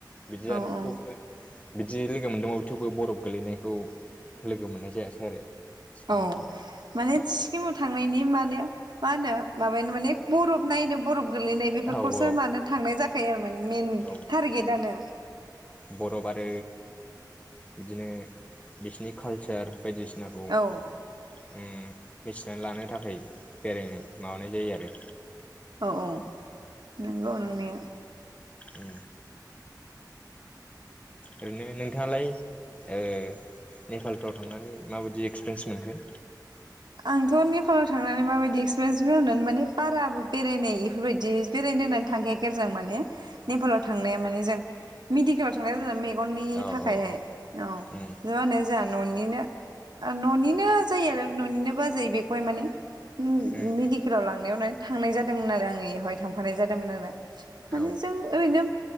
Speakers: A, on the left; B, on the right.
A: बिदि
B: औ
A: आरो
B: औ
A: थेवबो बिदि लोगो मोनदोंबाबो थेवबो बरफ गोलैनायखौ लोगो मोननाय जायासै आरो सिक्किमाव
B: औ माने किमाव थांनायनि माने मा होनो माबायानो माने बरफ नायनो बरफ गोलैनाय
A: थांनायाव
B: बेफोरखौसो
A: औ
B: मानो थांनाय जा <inaudible> माने मेन
A: औ
B: टारगेट आनो
A: बरफ आरो बिदिनो बिसिनि कालचार बायदिसिनाखौ ओम
B: औ
A: मिथिनानै लानो थाखाय बेरायनाय माबानाय जायो आरो
B: औ औ नंगौ नंनाया
A: उ ओरैनो नोंथाङालाय ओ नेपालफ्राव थांनानै माबायदि एक्सपिरियेन्स मोनखो?
B: आंथ' नेपालाव थांनानै माबायदि एक्सपिरियेन्स गोन होननानै माने बाराबो बेरायनाय बेफोरबायदि बेरायनो होननानै थांखाया आरो जों माने
A: औ
B: नेपालाव थांनाया माने जों मिनिखाव थां जा मे गननि
A: औ
B: थाखायाय
A: औ
B: औ
A: उम
B: मा होन ज न'नि निनो न'निनो जायो आरो न'निनो बाजै बेखौ माने ओम
A: उम
B: मेडिकेलाव लांनायावनो थांनाय जादोंमोन आरो आङो बेवहाय थांफानाय जादोंमोन आरो माने
A: औ
B: जों ओरैनो